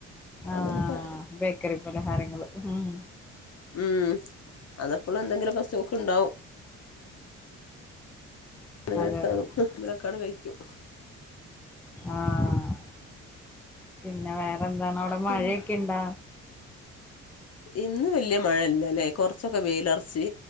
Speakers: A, in the centre; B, on the left.
A: ആഹ്
B: അങ്ങനൊക്കെ
A: ബേക്കറി പലഹാരങ്ങൾ ഹമ്.
B: മ് അതപ്പോഴും എന്തെങ്കിലും ഒക്കെ സ്റ്റോക്ക് ഉണ്ടാവും. അങ്ങടുത്തതും
A: അതെ അതെ
B: <unintelligible> കഴിക്കും.
A: ആഹ് പിന്നെ വേറെ എന്താണ് അവിടെ മഴയൊക്കെ
B: പിന്നെ
A: ഇണ്ടാ?
B: ഇന്ന് വലിയ മഴയല്ല അല്ലേ കുറച്ചൊക്കെ വെയിലറച്ച്